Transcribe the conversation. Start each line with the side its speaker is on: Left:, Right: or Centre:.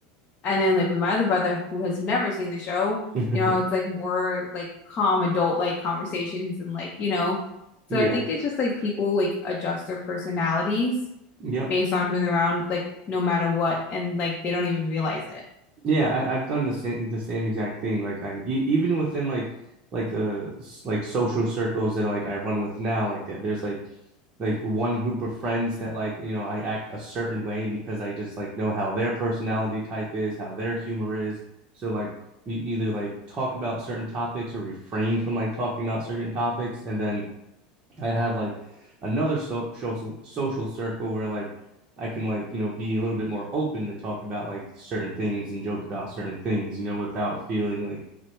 Left: And then like with my other brother who has never seen the show,
Right: <laughs>
Left: you know, it's like more like calm adult like conversations and like, you know. So
Right: Yeah.
Left: I think it's just like people like adjust their personalities
Right: Yep.
Left: based on who they're around, like no matter what, and like they don't even realize it.
Right: Yeah, I, I've done the same the same exact thing. Like I e even within like like the s- like social circles that like I run with now, like there- there's like like one group of friends that like you know I act a certain way because I just like know how their personality type is, how their humor is. So like you either like talk about certain topics or refrain from like talking about certain topics, and then I have like another so- social social circle where like I can like you know be a little bit more open to talk about like certain things and joke about certain things, you know, without feeling like